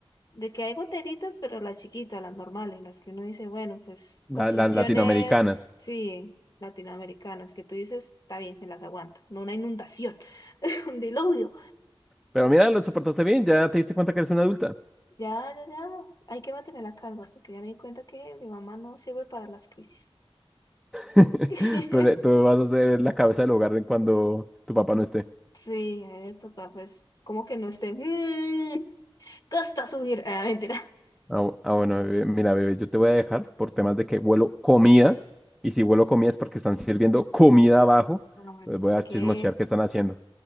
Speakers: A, on the left; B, in the centre.
A: de que hay goteritas, pero las chiquitas, las normales, las que uno dice, bueno, pues
B: La-
A: construcciones,
B: las latinoamericanas.
A: sí, latinoamericanas, que tú dices, está bien, me las aguanto, no una inundación, <laughs> un diluvio.
B: Pero mira, lo soportaste bien, ya te diste cuenta que eres una adulta.
A: Ya, ya, ya, hay que mantener la calma, porque ya me di cuenta que mi mamá no sirve para las crisis.
B: <laughs>
A: <laughs>
B: Tú, le- tú vas a ser la cabeza del hogar en cuando tu papá no esté.
A: Sí, a ver, toca, pues, como que no esté, mmm, cuesta subir, <laughs> ah, mentira.
B: Ah, bu- ah, bueno, bebé. Mira, bebé, yo te voy a dejar por temas de que huelo comida. Y si huelo comida es porque están sirviendo comida abajo.
A: Bueno, bueno,
B: Les
A: sí,
B: voy
A: hay
B: a
A: que
B: chismosear qué están haciendo.